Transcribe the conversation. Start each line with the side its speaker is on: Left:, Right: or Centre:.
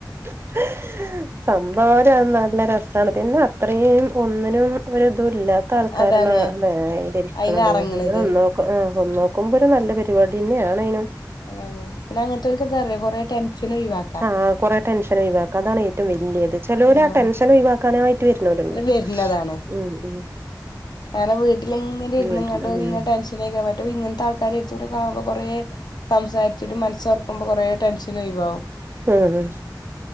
Right: <unintelligible> സംഭവം നല്ല രസാണ് പിന്നെ അത്രയും ഒന്നിനും ഒരു ഇതും ഇല്ല മത്തെ ആൾക്കാരന്നല്ലേ
Left: അതാണ്
Right: <unintelligible> ഇരിക്കണത്
Left: അയിന് അറങ്ങ്ണത്
Right: പക്ഷെ ഇത് നന്നാവും ആ ഒന്ന് നോക്കുമ്പോ ഒരു നല്ല പരിപാടി തന്നെ ആണേനും
Left: അതാണ് പിന്നെ അങ്ങൻ ത്തോൽക്കെന്താ അറിയോ കൊറെ ടെൻഷനും ഒഴിവാക്ക
Right: ആ കുറെ ടെൻഷന് ഒഴിവാക്കാം അതാണ് ഏറ്റവും വല്ല്യത് ചെലോല്
Left: ആഹ്
Right: ആ ടെൻഷന് ഒഴിവാക്കാനായിട്ട് വരുന്നവരുണ്ട്
Left: അത് വര്ണതാണ്
Right: ഉം ഉം
Left: കാരണം വീട്ടിലിങ്ങനെ ഇര്ന്ന്ങ്ങാണ്ട്
Right: വീട്ടില് ഉം
Left: ഇങ്ങനെ ടെൻഷ ഇതിനെ ഒക്കെ പറ്റും ഇങ്ങൻത്തെ ആൾക്കാര് <unintelligible> കാവുമ്പൊ കുറേ സംസാരിച്ചിട്ടും മനസ്സ് തുറക്കുമ്പോ കൊറേ ടെൻഷൻ ഒഴിവാവും
Right: ഉം